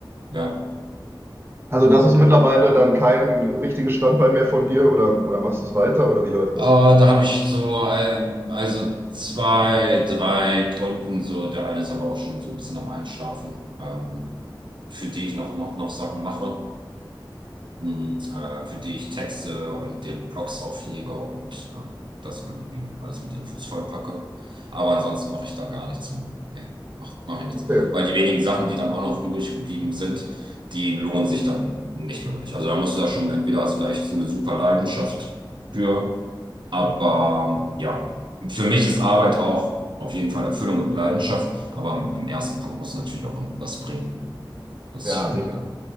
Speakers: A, on the right (about 65°); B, on the right (about 30°).
A: Ja.
B: Also das ist mittlerweile dann kein richtiges Standbein mehr von dir oder, oder machst du es weiter oder wie läuft
A: Äh,
B: das?
A: da habe ich so, ähm, also zwei, drei Kunden, so, der eine ist aber auch schon so ein bisschen am Einschlafen, ähm, für die ich noch, noch, noch Sachen mache. Mhm. Äh, für die ich Texte und den Blogs auflege und äh, das irgendwie alles mit Infos vollpacke. Aber ansonsten mache ich da gar nichts mehr. Nee, mach, mach ich nichts.
B: Okay.
A: Weil die wenigen Sachen, die dann auch noch übrig geblieben sind, die lohnen sich dann nicht wirklich. Also da musst du da schon, entweder hast du da echt so eine super Leidenschaft für, aber ja, für mich ist Arbeit auch auf jeden Fall Erfüllung und Leidenschaft, aber im im ersten Punkt muss natürlich auch was bringen. Das
B: Ja, sicher.
A: <laughs>